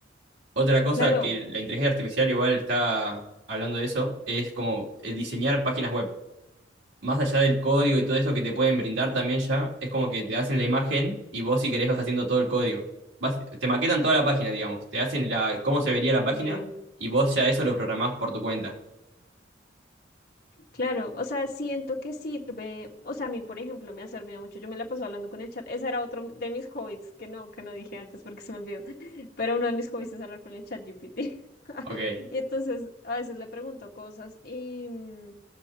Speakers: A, on the right; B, on the left.
A: Otra cosa
B: Claro.
A: que la inteligencia artificial igual está hablando de eso es como eh, diseñar páginas web. más allá del código
B: Ajá.
A: y todo eso que te pueden brindar también ya, es como que te hacen la imagen y vos si querés vas haciendo todo el código. Vas- te maquetan toda la página, digamos. Te hacen la, cómo se vería la página
B: eh,
A: y vos ya eso lo programás por tu cuenta.
B: Claro, o sea, siento que sirve, o sea, a mí, por ejemplo, me ha servido mucho, yo me la paso hablando con el chat, ese era otro de mis hobbies, que no, que no dije antes porque se me olvidó, <laughs> pero uno de mis hobbies es hablar con el chat GPT, <laughs>
A: Ok.
B: y entonces a veces le pregunto cosas y, mm,